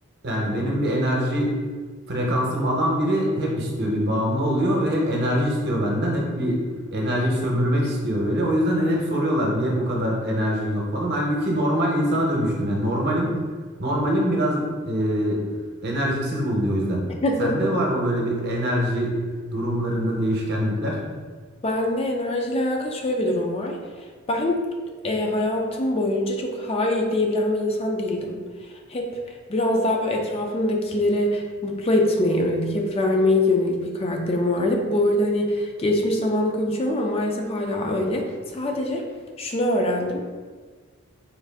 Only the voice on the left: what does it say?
<laughs>
Benle enerjiyle alakalı şöyle bir durum var. Ben e, hayatım boyunca çok hayır diyebilen bir insan değildim. Hep biraz daha böyle etrafımdakileri mutlu etmeye yönelik, hep vermeye yönelik bir karakterim vardı. Bu arada hani geçmiş zamanı konuşuyorum ama maalesef hala öyle. Sadece şunu öğrendim.